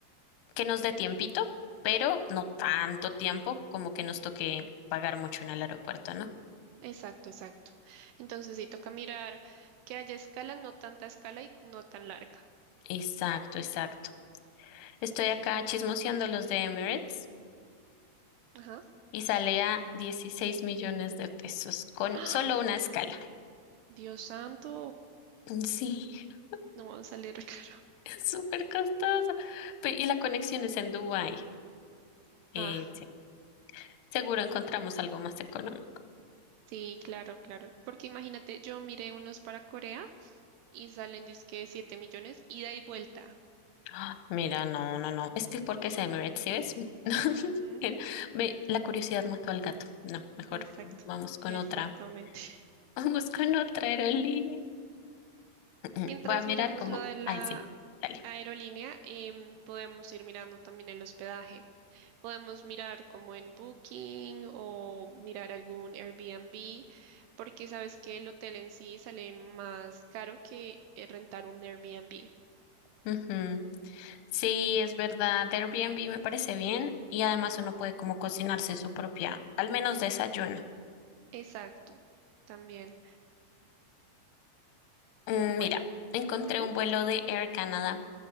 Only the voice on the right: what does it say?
Exacto, exacto. Entonces sí toca mirar que haya escala, no tanta escala y no tan larga.
Ajá.
¡Ah!
Dios santo,
no va a salir <laughs> caro.
Ah,
sí, claro, claro. Porque imagínate, yo miré unos para Corea y salen disque 7 millones ida y vuelta.
Ujú,
Exacto,
exactamente.
Mientras
miramos
lo de la
aerolínea, em, podemos ir mirando también el hospedaje. Podemos mirar como en Booking o mirar algún Airbnb, porque sabes que el hotel en sí sale más caro que eh, rentar un Airbnb.
Exacto, también.
Bueno,
ujú,